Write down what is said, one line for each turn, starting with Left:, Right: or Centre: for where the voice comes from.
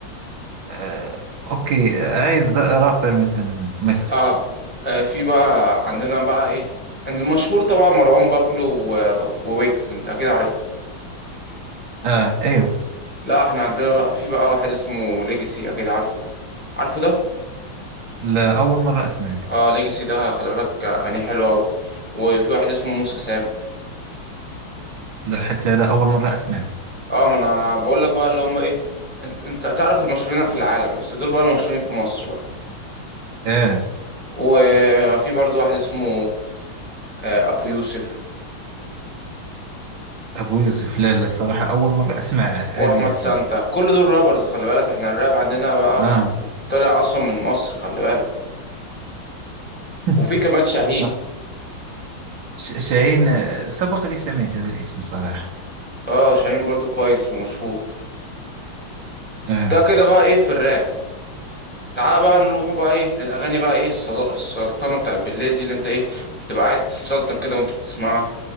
Right: آه، أوكي آه، عايز رابر مثلا مصري
Centre: اه آه، في بقى عندنا بقى ايه عند المشهور طبعا مروان بابلو و... وويجز انت اكيد عارفه
Right: آه أيوه
Centre: لا احنا عندنا بقى في بقى واحد اسمه ليجاسي اكيد عارفه عارفه ده
Right: لا أول مرة أسمع به
Centre: اه ليجاسي ده خلي بالك اغانيه حلوه قوي وفي واحد اسمه موسى سام
Right: لا حتى هذا أول مرة أسمع به
Centre: اه ما انا بقول لك بقى اللي هم ايه انت انت تعرف المشهورين في العالم بس دول بقى المشهورين في مصر بقى
Right: آه
Centre: وفي برضو واحد اسمه آه، ابو يوسف
Right: أبو يوسف لا لا الصراحة أول مرة أسمع هذه
Centre: واحمد
Right: الأسماء
Centre: سانتا كل دول رابرز خلي بالك احنا الراب عندنا بقى
Right: آه
Centre: مش- طالع اصلا من مصر خلي بالك
Right: <laughs>
Centre: وفي كمان شاهين
Right: لا ش- شاهين آه، سبق لي سمعت هذا الاسم صراحة
Centre: اه شاهين برضو كويس ومشهور
Right: آه.
Centre: ده كده بقى ايه في الراب تعال بقى نروحوا بقى ايه للاغاني بقى ايه الصلا- السلطنه بتاعت بالليل دي اللي انت ايه بتبقى قاعد تسلطن كده وانت بتسمعها